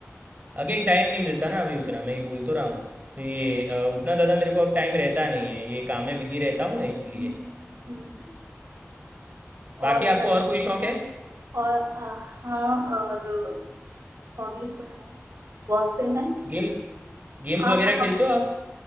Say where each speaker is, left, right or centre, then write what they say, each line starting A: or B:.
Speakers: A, on the right; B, on the right.
A: अगेन टाइम नहीं मिलता ना अभी उतना मैं ये बोल तो रहा हूँ ये अ, उतना ज़्यादा मेरे को अब टाइम रहता नहीं है ये काम में बिज़ी रहता हूँ ना इसलिए
B: हम्म हम्म, हम्म।
A: बाकी
B: और क्या
A: आपको और कोई शौक है
B: और आ, हाँ और हॉबीज तो हैं बहुत से हैं
A: गेम्स गेम्स
B: आप
A: वगैरह
B: बताओ
A: खेलते हो आप